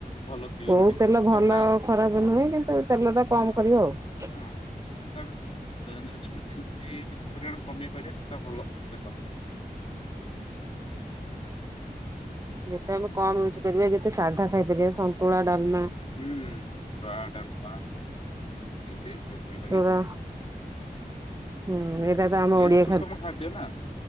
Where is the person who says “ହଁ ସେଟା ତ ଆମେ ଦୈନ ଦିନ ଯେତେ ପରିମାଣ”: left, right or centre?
Left